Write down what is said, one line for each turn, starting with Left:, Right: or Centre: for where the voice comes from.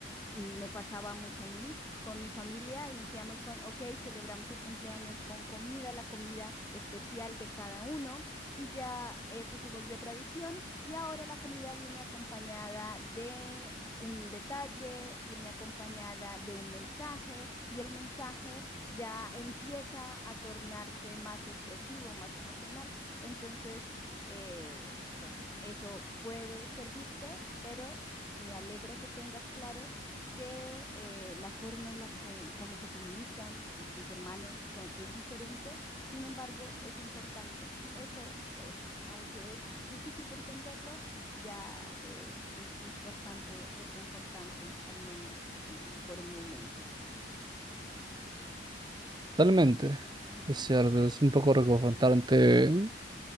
Left: me pasaba mucho a mí, con mi familia iniciamos con, ok, celebramos el cumpleaños con comida, la comida especial de cada uno y ya eso se volvió tradición y ahora la comida viene acompañada de... Un detalle viene acompañada de un mensaje y el mensaje ya empieza a tornarse más expresivo, más emocional. Entonces, eh, pues eso puede servirte, pero me alegra que tengas claro que eh, la forma en la co- como se comunican tus hermanos son, es diferente, sin embargo, es importante. Eso, pues, aunque es difícil de entenderlo, ya es, es, es bastante reconfortante, al menos eh, por el momento.
Right: Totalmente,
Left: Ujú,
Right: es cierto, es un poco reconfrontante